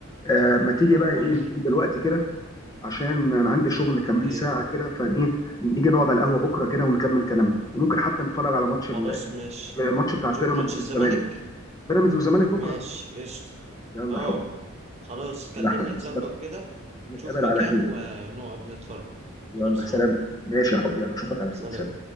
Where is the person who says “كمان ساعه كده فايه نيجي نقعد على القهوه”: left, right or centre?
Left